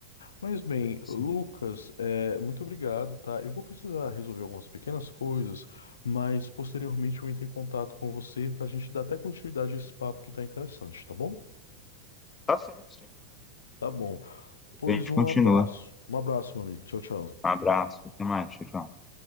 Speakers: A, on the left; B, on the left.
A: Mas bem,
B: sim.
A: Lucas, é, muito obrigado, tá? Eu vou precisar resolver algumas pequenas coisas, mas posteriormente eu entro em contato com você para a gente dar até continuidade a esse papo que tá interessante, tá bom?
B: Tá certo, sempre.
A: Tá bom. Pois
B: A gente
A: um
B: continua.
A: abraço. Um abraço, meu amigo. Tchau, tchau.
B: Um abraço, até mais, tchau. tchau.